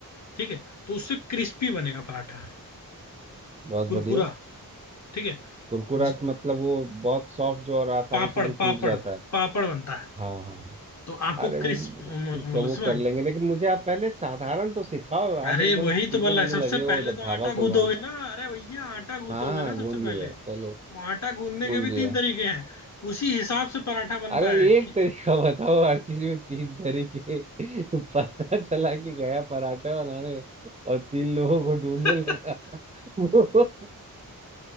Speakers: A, on the left; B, on the right.
A: ठीक है तो उससे क्रिस्पी बनेगा पराठा
B: बहुत
A: कुरकुरा
B: बढ़िया
A: ठीक है
B: कुरकुरा
A: ज-
B: मतलब वो बहुत सॉफ्ट जो और आसानी
A: पापड़
B: से जो
A: पापड़
B: टूट जाता है
A: पापड़ बनता है
B: हाँ हाँ हाँ।
A: तो आपको
B: अरे वो
A: क्रिस्प
B: वो
A: मतलब
B: ठीक है वो
A: समझ
B: कर लेंगे लेकिन मुझे आप पहले साधारण तो सिखाओ आप
A: अरे
B: एकदम
A: वही
B: से सीधे
A: तो बोल
B: मुझे
A: रहा है सबसे
B: लगे
A: पहले
B: हो ढाबा
A: तो आटा
B: खुलवाने
A: गूंदोगे ना अरे भैया आटा गूंदोगे
B: हाँ हाँ
A: ना
B: हाँ,
A: सबसे
B: गूंद लिया
A: पहले
B: चलो
A: तो आटा गूंदने
B: गूंद
A: के भी
B: लिया
A: तीन तरीके हैं उसी हिसाब से पराठा बनता
B: अरे
A: है
B: एक
A: कि
B: तरीका <laughs> बताओ हर चीज में तीन तरीके <laughs> पता चला कि गया पराठे बनाने और तीन लोगों को ढूंढने
A: <laughs>
B: लगा <laughs> वो